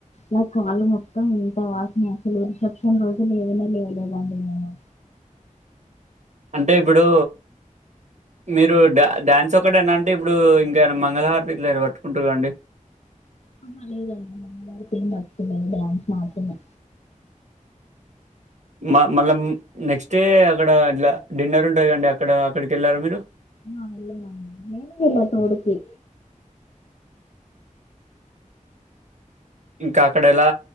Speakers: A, on the left; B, on the right.
A: నా కాళ్ళు మొత్తం ఇంత వాసినయి అసలు రిసెప్షన్ రోజూ లేవనే లేవలేదండి నేను
B: అంటే ఇప్పుడు మీరు డాన్స్ డాన్స్ ఒకటేనా అంటే ఇప్పుడు ఇంకేనా మంగళహారతి ఇట్లేదో పట్టుకుంటుర్రా అండి
A: అహీ లేదండి నేను మంగళహారతి ఏం పట్టుకోలేదు డ్యాన్స్ మాత్రామే
B: మా మళ్ళ మ్ నెక్స్ట్ డే అక్కడ ఇట్లా డిన్నర్ ఉంటదిగా అండి అక్కడ అక్కడికెళ్ళారా మీరు
A: ఆ వెళ్ళాం అండి నేనే వెళ్ళా తోడుకి
B: ఇంకా అక్కడ ఎలా